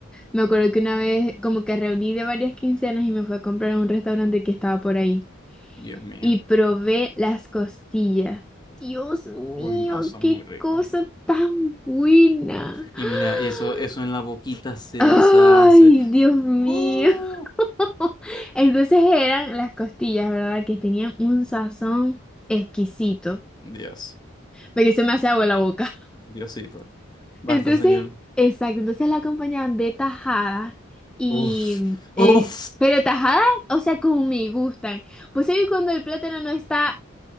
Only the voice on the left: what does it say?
Dios mío.
Uy, no, está muy
rico.
Y mira, eso, eso en la boquita se
deshace.
¡Uh!
Dios,
Diosito. Basta,
señor.
Uf,
uf.